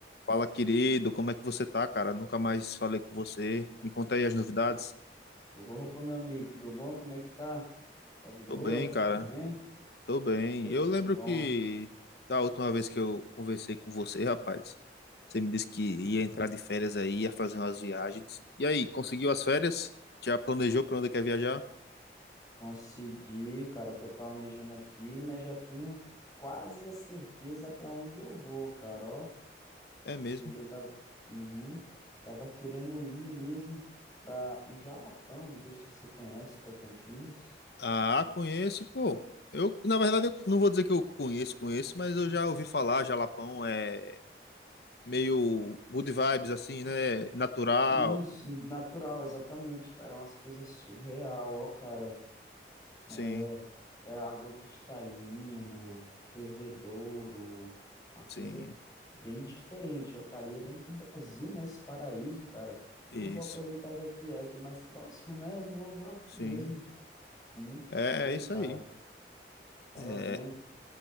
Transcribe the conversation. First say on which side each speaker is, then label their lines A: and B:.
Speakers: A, on the left (about 65°); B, on the left (about 20°).
A: Fala, querido, como é que você tá, cara? Nunca mais falei com você. Me conta aí as novidades.
B: Opa, meu amigo, tudo bom? Como é que tá? Tá de boa?
A: Tô bem,
B: Tá
A: cara.
B: tudo bem?
A: Tô bem.
B: Poxa,
A: Eu lembro
B: que bom.
A: que da última vez que eu conversei com você, rapaz, você me disse que ia entrar de férias aí, ia fazer umas viagens. E aí, conseguiu as férias? Já planejou pra onde quer viajar?
B: Consegui, cara. Tô planejando aqui, mas já tenho quase a certeza para onde eu vou, cara. Ó,
A: É mesmo?
B: queria tava, uhum, tava querendo ir mesmo para o Jalapão. Não sei se você conhece Tocantins.
A: Ah, conheço, pô. Eu, na verdade, eu não vou dizer que eu conheço, conheço, mas eu já ouvi falar, Jalapão é meio good vibes assim, né? Natural.
B: Isso, natural, exatamente, cara. É umas coisas surreal, ó, cara.
A: Sim,
B: É, é água cristalina, fervedouro, uma coisa
A: sim.
B: bem diferente. Eu queria dentro do Brasil, né? Esse paraíso, cara. Então
A: Isso,
B: vou aproveitar que aqui é aqui mais próximo, né? eu Vou, vou aqui
A: sim.
B: mesmo. Muito
A: É,
B: show,
A: é isso
B: cara.
A: aí.
B: Tava
A: É,
B: vendo.